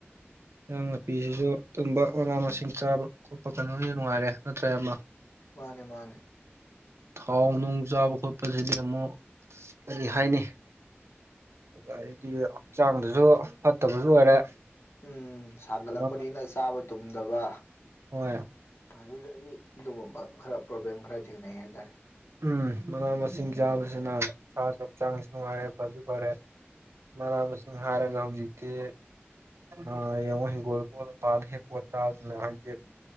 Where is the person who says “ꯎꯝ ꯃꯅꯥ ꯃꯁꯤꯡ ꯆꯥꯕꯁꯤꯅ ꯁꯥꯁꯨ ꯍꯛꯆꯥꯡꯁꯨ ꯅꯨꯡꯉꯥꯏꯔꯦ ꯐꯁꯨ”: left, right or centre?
Right